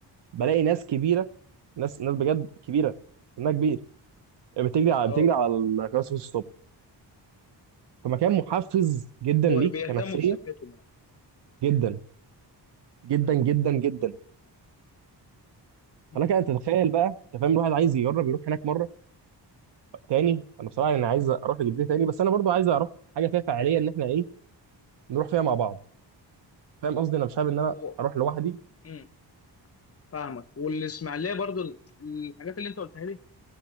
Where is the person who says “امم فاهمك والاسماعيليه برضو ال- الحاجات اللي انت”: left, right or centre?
Left